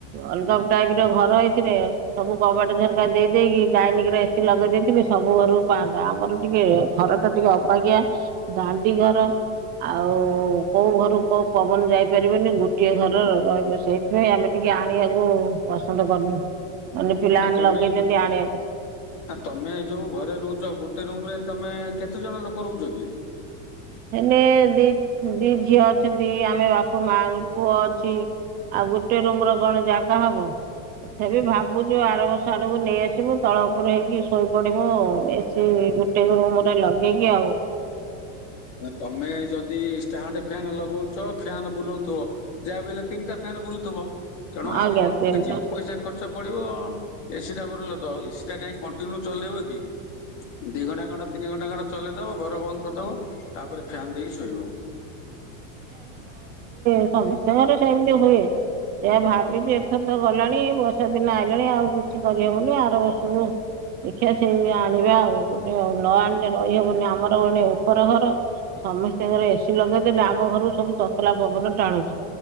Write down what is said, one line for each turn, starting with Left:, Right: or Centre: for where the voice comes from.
Right: ଅଲଗାପ ଟାଇପ ର ଘର ଏଇଥିରେ ସବୁ କବାଟ ଝରକା ଦେଇ ଦେଇେଇକି ଡାଇନିଙ୍ଗ୍ ରେ। ବେଶୀ ଲଗେଇ ଦେଇେଇଥିଲି ସବୁ ଘରକୁ ପାଆନ୍ତା ଆମର ଟିକେ ଘର ଟା ଟିକେ ଅବାାକିୟା ଦାଣ୍ଡି ଘର ଆଉ କୋଉ ଘର କୋଉ ପବନ ଯାଇପାରିବନି ଗୋଟିଏ ଘର ରହିବ ସେଇଥିପାଇଁ ଆମେ ଟିକେ ଆଣିବାକୁ ପସନ୍ଦ କରୁନୁ। ମାନେ ପିଲାମାନେ
Left: ଆ ତମେ
Right: ଲଗେଇଛନ୍ତି ଆଣିବାକୁ
Left: ତମେ ଯୋଉ ଘରେ ରହୁଛ ଗୋ ଗୋଟେ ରୁମରେ ତମେ କେତେ ଜଣ ଲୋକ ରହୁଛ କି
Right: ହେଲେେ ଦି ଦି ଝିଅ ଅ ଅଛନ୍ତି ଆମେ ବାପା ମା ପୁଅ ଅଛି ଆଉ ଗୋଟେ ରୁମ ର କଣ ଜାଗା ହବ? ତଥାପି ଭାବୁଛୁ ଆର ବର୍ଷ ଆଡକୁ ନେଇ ଆସିବୁ ତଳ ଉପରେ ହେଇକି ଶୋଇ ପଡିବୁ ଏସି ଗୋଟେ ରୁମରେ ଲଗେଇକି ଆଉ
Left: ତମେ ଯଦି ଷ୍ଟାଣ୍ଡ୍ ଫ୍ୟାନ ଲଗଉଛ ଫ୍ୟାନ୍ ବୁଲଉଥିବ ଯାହା ବି ହେଲେ ତିନିଟା ଫ୍ୟାନ୍ ବୁଲୁଥିବ। ତେଣୁ ଆଉ
Right: ଆଜ୍ଞା
Left: ଅଳ୍ପ
Right: ତିନିଟା
Left: କିଛି ପଇସା ଖର୍ଚ୍ଚ। ଖର୍ଚ ପଡିବ ଏସି ଟା ଭଲ ତ ଏସି ଟା କାଇହିଁ କଣ୍ଟିନ୍ୟୁ ଚଲେଇବ କି? ଦି ଘଣ୍ଟା କଣ ତିନି ଘଣ୍ଟା ଖଣ୍ଟା ଚଲେଇଦବ ଘର ବନ୍ଦ କରିଦବ ତାପରେ ଫ୍ୟନ୍ ଦେଇକି ଶୋଇବ।
Right: କ ତଙ୍କର ସେ ଏମିତି ହୁଏ। ସେ ଭାବିଛି ଏଥର ତ ଗଲାଣି ବର୍ଷା ଦିନ ଆଇଲାଣି ଆଉ କିଛି କରିହବନି ଆର ବର୍ଷରୁ। ଦେଖିବା ସେଇ ଆଣିବା ଆଉ ଗୋଟେ ଆଉ ନ ଆଣିଲେ ରହିହବନି ଆମର ଗୋଟେ ଉପର ଘର। ସମସ୍ତଙ୍କର ଏସିି ଲଗେଇଦେଲେ ଆମ ଘରକୁ ସବୁ ତତଲା ପବନ ଟାଣୁଛି